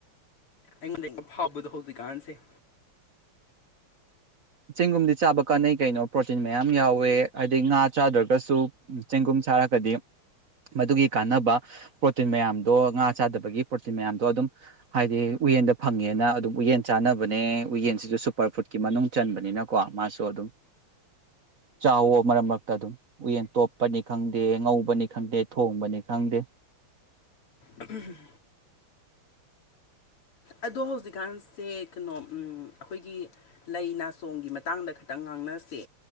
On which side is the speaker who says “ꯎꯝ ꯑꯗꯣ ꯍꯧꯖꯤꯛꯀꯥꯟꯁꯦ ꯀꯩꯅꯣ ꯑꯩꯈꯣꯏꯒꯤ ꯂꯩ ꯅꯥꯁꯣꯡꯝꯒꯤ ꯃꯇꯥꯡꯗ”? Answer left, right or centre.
Left